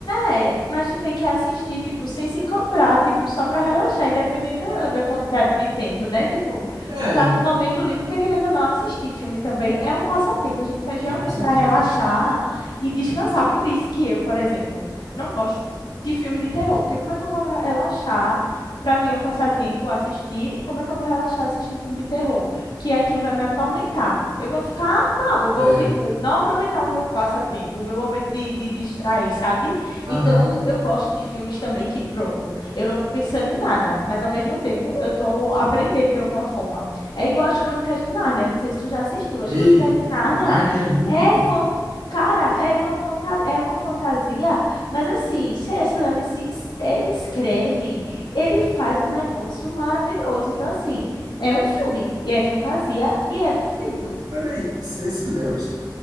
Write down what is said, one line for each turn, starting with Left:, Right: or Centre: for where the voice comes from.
Left: É, mas tu tem que assistir, tipo, sem se cobrar, tipo, só pra relaxar, independente da, da quantidade de tempo, né? Tipo,
Right: É,
Left: tu tá no momento livre, porque querendo ou não assistir filme também é um passatempo. A gente faz realmente
Right: é um passatempo.
Left: pra relaxar e descansar. Por isso que eu, por exemplo, não gosto de filme de terror, porque como é que eu vou relaxar? Pra mim é um passatempo assistir. Como é que eu vou relaxar assistindo filme de terror? Que aquilo vai me atormentar. Eu vou ficar mal, eu vou,
Right: É,
Left: tipo, não aproveitar o meu passatempo, o meu momento de, de distrair, sabe?
Right: aham.
Left: Então, eu gosto de filmes também que, pronto, eu não estou pensando em nada, mas ao mesmo tempo eu estou aprendendo de alguma forma. É igual as Crônicas de Nárnia, eu não sei se tu já assistiu, as
Right: Ei,
Left: Crônicas de Nárnia
Right: Narnia é muito
Left: é
Right: bom.
Left: fan... Cara, é de uma fanta... é uma fantasia, mas assim, C.S. Lewis, es- ele escreve, ele faz um negócio maravilhoso. Então, assim, é um filme, e é fantasia, e é perfeito.
Right: Peraí, Ceci Lewis?